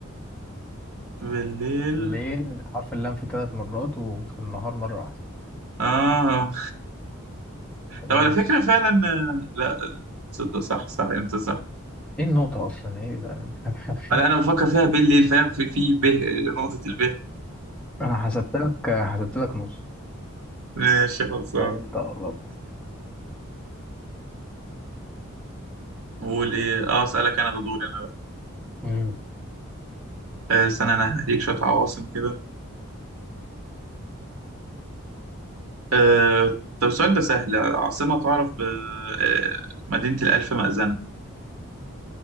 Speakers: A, on the right; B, in the centre.
A: بالليل
B: الليل حرف اللام فيه ثلاث مرات وفي النهار مرة واحدة
A: آه
B: ماشي
A: طب على فكرة فعلا آه، لا تصدق صح صح أنت صح
B: ايه النقطة اصلا ايه ده <laughs>
A: أنا أنا بفكر فيها بالليل فاهم في في ب نقطة الب
B: انا حسبت لك حسبت لك نص
A: ماشي خلصان
B: طيب انت قربت
A: قول ايه اه اسالك انا ده دوري انا بقى
B: امم
A: آه استنى انا هديك شويه عواصم كده آه طب السؤال ده سهل عاصمه تعرف ب آه مدينه الالف مأذنه